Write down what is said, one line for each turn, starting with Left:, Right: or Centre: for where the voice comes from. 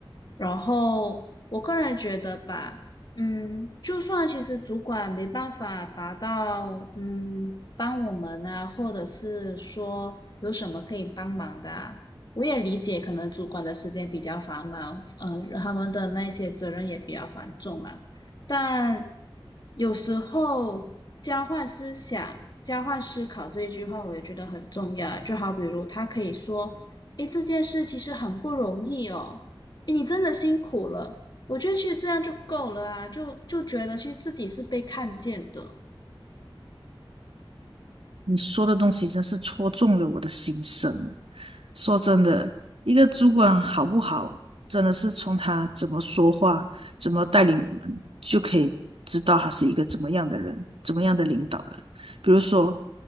Left: 然后我个人觉得吧，嗯，就算其实主管没办法达到，嗯，帮我们啊，或者是说有什么可以帮忙的啊，我也理解，可能主管的时间比较繁忙，嗯、他们的那些责任也比较繁重啦。但有时候交换思想、交换思考这一句话，我也觉得很重要啊。就好比如他可以说。诶，这件事其实很不容易哦，诶你真的辛苦了。我觉得其实这样就够了啊，就就觉得其实自己是被看见的。
Right: 你说的东西真是戳中了我的心声啊说真的，一个主管好不好，真的是从他怎么说话、怎么带领我们，就可以知道他是一个怎么样的人、怎么样的领导了。比如说，